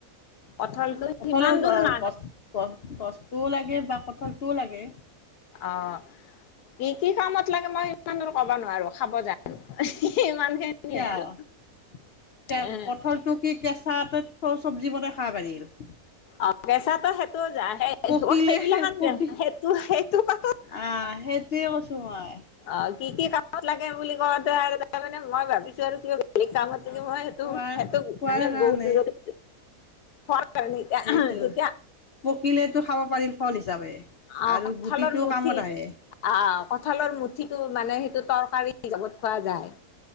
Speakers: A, on the left (about 85°); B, on the left (about 55°).
A: কঁঠালটো
B: কঠালৰ
A: সিমান দূৰ না
B: গছ গছ গছটোও লাগে বা কঠলটোও লাগে।
A: অ। কি কি কামত লাগে মই ইমান দূৰ কবা নোৱাৰো খাব জানো হি হি ইমান। খিনিয়ে
B: কিয়
A: আৰু এ
B: কঠলটো কি কেঁচাতে চব চবজি বনাই খাবা পাৰি? <unintelligible>
A: অঁ বেচাটো সেইটো আহে
B: পকিলে
A: অঁ সেইবিলা
B: পকি
A: সেই সেইটোপা
B: আহ সেইটোৱে কৈছো মই
A: অঁ কি কি কামত লাগে বুলি কলে? প্ৰথমতে মানে মই ভাবিছো আৰু ক এই কামতকে
B: আহ
A: মইটো
B: খোৱাৰ খোৱাৰ
A: মানে
B: কাৰণে
A: বহুত দূৰত কাৰণ এতিয়া
B: সেইটো
A: তেতিয়া
B: পকিলেতো খাব পাৰিল ফল হিচাপে
A: আহ
B: আৰু
A: কঁঠালৰ
B: গুটিটো
A: মুঠি
B: কামত আহে
A: আ কঁঠালৰ মুঠিটো মানে সেইটো তৰকাৰী হিচাপত খোৱা যায়,